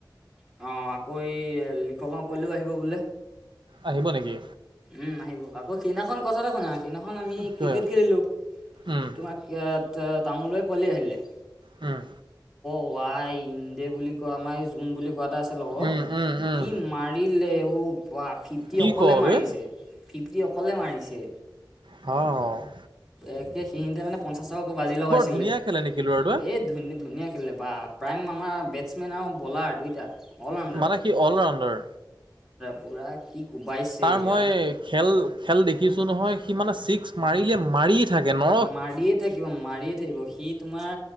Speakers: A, in the centre; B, on the right.
A: অ', আকৌ এই লিখগাওঁ পোৱালিয়ো আহিব বোলে?
B: আহিব নেকি?
A: উম, আহিব আকৌ সিদিনাখন কথাটো শুনা, সিদিনাখন আমি
B: কিয়
A: ক্ৰিকেট খেলিলোঁ,
B: উম
A: তোমাক আ তো তামোলৰে পোৱালি আহিলে।
B: উম।
A: ওৱাই ইনন্দে বুলি কয় আমাৰ এই জোন বুলি এনেকুৱা এটা আছে লগৰ
B: উম
A: সি
B: উম উম
A: কি মাৰিলে অ' বা ফিফটি
B: কি
A: অকলে
B: ক
A: মাৰিছে।
B: বে
A: ফিফটি অকলে মাৰিছে।
B: হ, অ'।
A: একে, সিঁহিতে মানে প <unintelligible> বাজি লগাইছিলে,
B: ধুনীয়া খেলে নেকি ল'ৰাটোৱে
A: এই ধুন-ধুনীয়া খেলিলে বা প্ৰাইম আমাৰ বে বেটছমেন আৰু বলাৰ দুইটা অল ৰাউণ্ডাৰ
B: মানে কি অলৰাউণ্ডাৰ?
A: পুৰা কি কোবাইছে
B: তাৰ মই
A: আৰু
B: খেল, খেল দেখিছোঁ নহয়, সি মানে ছিক্স মাৰিলে, মাৰিয়ে থাকে ন
A: মাৰিয়ে থাকিব, মাৰিয়ে থাকিব সি তোমাৰ